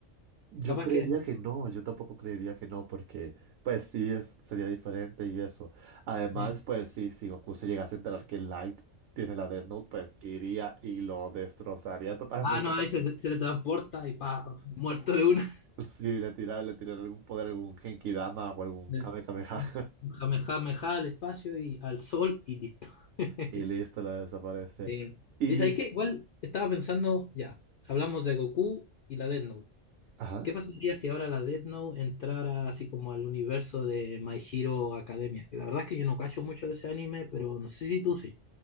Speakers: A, on the right; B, on the left.
A: Yo
B: Capaz
A: creería
B: que ahí,
A: que no, yo tampoco creería que no, porque pues sí es, sería diferente y eso. Además,
B: eh,
A: pues sí, si Goku se llegase a enterar que Light tiene la Death Note, pues iría y lo destrozaría <laughs> totalmente
B: ah, no, ahí
A: también.
B: se te- teletransporta y pa, muerto de una.
A: Sí, le tira, le tiraría algún poder, algún Genki-Dama o algún
B: <laughs>
A: Kame Kameha
B: Jame, meja al espacio y al sol y listo.
A: <laughs>
B: <laughs>
A: y listo, la desaparece.
B: Sí.
A: Y
B: Es ahí que
A: Sí.
B: igual estaba pensando, ya, hablamos de Goku y la Death Note.
A: Ajá.
B: ¿Qué pasaría si ahora la Death Note entrara así como al universo de My Hero Academia? Que la verdad es que yo no cacho mucho de ese anime, pero no sé si tú sí.